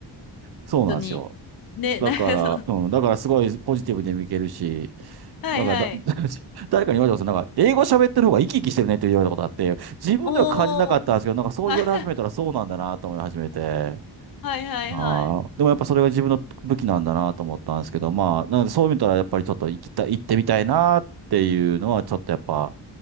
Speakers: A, on the right; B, on the left.
A: そうなんですよ。
B: 本当に、ね、
A: だから、
B: なんかその、
A: うん、だからすごいポジティブで見けるし、
B: はいはい。
A: だからだ、<laughs> 誰かに言われたことなんか、英語喋ってる方が生き生きしてるねって言われたことあって、自分では感じなかったんですけど、
B: おー、
A: なんかそう言われ始めたらそうなんだなと思い始めて、
B: はいはいはいはい。
A: ああ、でもやっぱそれが自分の武器なんだなと思ったんですけど、まあ、なのでそう見たらやっぱりちょっと行きたい、行ってみたいなっていうのはちょっとやっぱ